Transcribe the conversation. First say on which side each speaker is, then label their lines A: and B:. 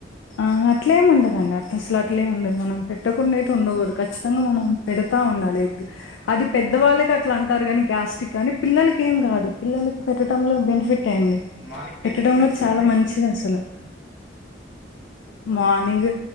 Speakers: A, on the left; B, on the left.
A: అహ అట్లేం ఉండదండి అట్ల అసలు అట్లేం ఉండదు మనం పెట్టకుండా అయితే ఉండకూడు ఖచ్చితంగా మనం పెడతా ఉండాలి ఎగ్ అది పెద్దవాళ్ళకి అట్లా అంటారు కాని గ్యాస్టిరిక్ కాని పిల్లలకి ఏం కాదు పిల్లలకు పెట్టడంలో బెనిఫిట్ టెండి
B: మార్నింగ్
A: పెట్టడం
B: ఏం తింటే మంచిదండి?
A: కూడా చాలా మంచిది అసలు మార్నింగ్